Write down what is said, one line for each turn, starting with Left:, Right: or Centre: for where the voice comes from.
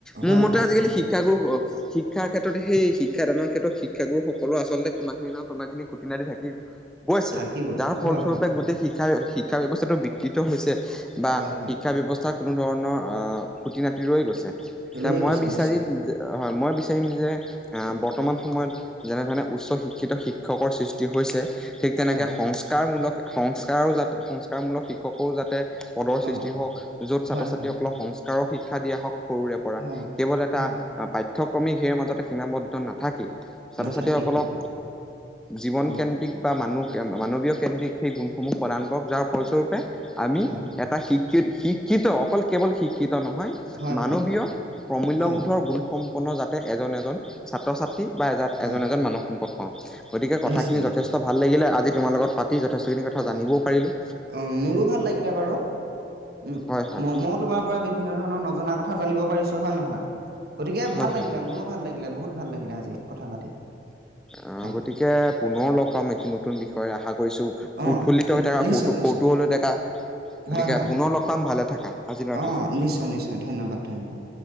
Centre: মোৰ
Right: হয়
Centre: মতে
Right: হয়
Centre: আজিকালি শিক্ষাগুৰু, শিক্ষাৰ ক্ষেত্ৰত সেই শিক্ষাদানৰ ক্ষেত্ৰত শিক্ষাগুৰুসকলো আচলতে কোনোবাখিনি নহয় কোনোবাখিনি খুঁটি-নাতি থাকিবৈ। গৈছে,
Right: থাকিবই
Centre: যাৰ ফলস্বৰূপে
Right: হয় হয়
Centre: গোটেই শিক্ষা, শিক্ষা ব্যৱস্থাটো বিকৃত হৈছে। বা
Right: হয় হয়
Centre: শিক্ষা ব্যৱস্থা কোনো ধৰণৰ আহ খুটি-নাতি ৰৈ গৈছে। এতিয়া
Right: ৰৈ
Centre: মই
Right: গৈছে
Centre: বিচাৰিম
Right: নিশ্চয়
Centre: হয়, মই বিচাৰিম যে আহ, বৰ্তমান
Right: উম
Centre: সময়ত যেনেধৰণে উচ্চ শিক্ষিত শিক্ষকৰ সৃষ্টি হৈছে, ঠিক তেনেকে
Right: হয়
Centre: সংস্কাৰমূলক সংস্কাৰো যাতে সংস্কাৰমূলক শিক্ষকৰো যাতে। পদৰ সৃষ্টি
Right: অ
Centre: হওঁক, য'ত ছাত্ৰ
Right: হয়
Centre: ছাত্ৰীসকলক
Right: হয়
Centre: সংস্কাৰৰ শিক্ষা দিয়া হওঁক। সৰুৰে পৰা
Right: হয়
Centre: কেৱল এটা
Right: হয়
Centre: পাঠ্যক্ৰমিক সেয়ৰ মাজতে সীমাবদ্ধ নাথাকি। ছাত্ৰ
Right: নাথাকি
Centre: ছাত্ৰীসকলক
Right: হয়
Centre: জীৱন
Right: উম
Centre: কেন্দ্ৰিক বা মানুহ। মানৱীয় কেন্দ্ৰিক সেই গুণসমূহ প্ৰদান কৰক যাৰ ফলস্বৰূপে আমি
Right: হয়
Centre: এটা শিক্ষা শি শিক্ষিত অকল কেৱল শিক্ষিত নহয়
Right: হয়
Centre: মানৱীয়
Right: হয়
Centre: প্ৰমূল্যবোধৰ
Right: হয়
Centre: গুণসমূহ। সম্পূৰ্ণ যাতে এজন এজন ছাত্ৰ ছাত্ৰী বা এ
Right: হয়
Centre: এজন এজন মানৱ সম্পদ পাওঁ। গতিকে, কথাখিনি
Right: নিশ্চয়
Centre: যথেষ্ট
Right: নিশ্চয়
Centre: ভাল লাগিলে। আজি তোমাৰ লগত পাতি যথেষ্টখিনি কথা
Right: হয়
Centre: জানিবও পাৰিলোঁ।
Right: অ' মোৰো ভাল লাগিলে বাৰু। মই
Centre: হয় হয়
Right: তোমাৰ পৰা বিভিন্ন ধৰণৰ নজনা কথা জানিব পৰিছো হয় নহয়, গতিকে,
Centre: হয়
Right: ভাল
Centre: হয়
Right: লাগিলে
Centre: হয়
Right: মোৰো ভাল লাগিলে বহুত ভাল লাগিলে আজি কথা পাতি।
Centre: আহ
Right: অ
Centre: গতিকে পুনৰ লগ পাম এটি নতুন বিষয় আশা কৰিছো।
Right: অ
Centre: উৎফুল্লিত হৈ থকা
Right: নিশ্চয়
Centre: কৌত
Right: নিশ্চয়
Centre: কৌতুহল হৈ থকা গতিকে
Right: হয় হয়
Centre: পুনৰ লগ পাম ভালে থাকা। আজিলৈ ৰাখিছো।
Right: অ' নিশ্চয় নিশ্চয়, ধন্যবাদ। ধন্যবাদ।